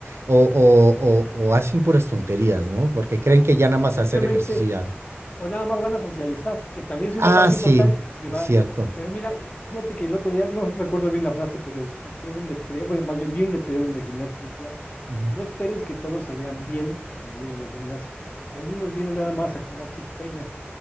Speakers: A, on the right; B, on the left.
A: o, o, o, o hacen puras tonterías, ¿no? Porque creen que ya nada
B: O
A: más
B: simplemente,
A: hacer ejercicio ya.
B: o nada más van a socializar, que también es una
A: Ah,
B: parte
A: sí,
B: importante. Si
A: es
B: va,
A: cierto.
B: pero mira, fíjate que el otro día, no recuerdo bien la frase, pero escuché un letrero, bueno, más bien vi un letrero en el gimnasio que decía,
A: Ujú.
B: no esperes que todos se vean bien cuando vienen al gimnasio. Algunos vienen nada más a curar sus penas,